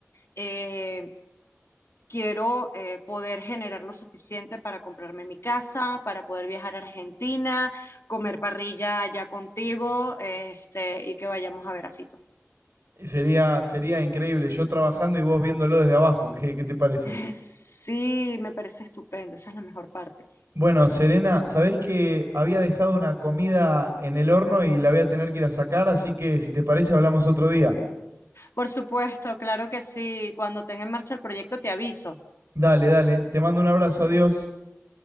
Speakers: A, on the left (about 60°); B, on the right (about 60°).
A: eh, quiero eh, poder generar lo suficiente para comprarme mi casa, para poder viajar a Argentina, comer parrilla allá contigo, este, y que vayamos a ver a Fito.
B: Y Sería, sería increíble, yo trabajando y vos viéndolo desde abajo, ¿qué, qué te parece?
A: <laughs> Sí, me parece estupendo, esa es la mejor parte.
B: Bueno, Serena, sabés que había dejado una comida en el horno y la voy a tener que ir a sacar, así que si te parece hablamos otro día.
A: Por supuesto, claro que sí, cuando tenga en marcha el proyecto te aviso.
B: Dale, dale, te mando un abrazo,
A: Eh,
B: adiós.